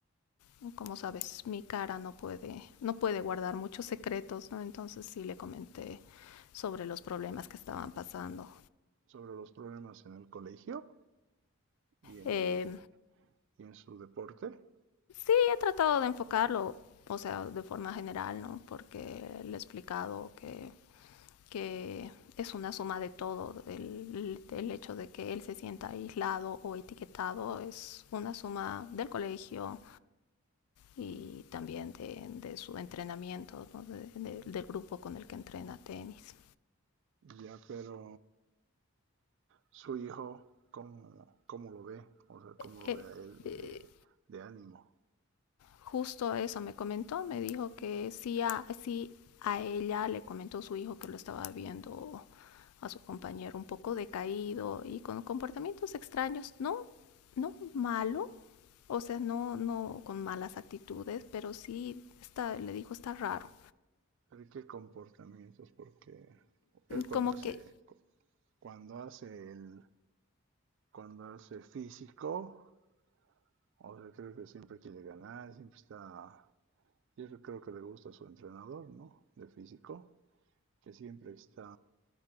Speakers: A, on the left; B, on the right.
A: mm, como sabes, mi cara no puede, no puede guardar muchos secretos, ¿no? Entonces sí le comenté sobre los problemas que estaban pasando.
B: sobre los problemas en el colegio y en
A: Eh,
B: el y en su deporte?
A: y he tratado de enfocarlo, o sea, de forma general, ¿no? Porque le he explicado que que es una suma de todo. El, el, hecho de que él se sienta aislado o etiquetado es una suma del colegio y también de, de su entrenamiento, ¿no? de, de, del grupo con el que entrena tenis.
B: Ya, pero su hijo, ¿cómo, cómo lo ve? O sea, ¿cómo
A: Eh,
B: lo ve a él
A: eh,
B: de, de ánimo?
A: justo eso me comentó, me dijo que sí a, sí a ella le comentó su hijo que lo estaba viendo a su compañero un poco decaído y con comportamientos extraños, no, no malo, O sea, no, no con malas actitudes, pero sí está, le dijo está raro.
B: ¿Pero qué comportamientos? Porque él cuando
A: Como
B: hace,
A: que
B: cuando hace el, cuando hace físico, o sea, creo que siempre quiere ganar, siempre está, yo creo que le gusta a su entrenador, ¿no? De físico que siempre está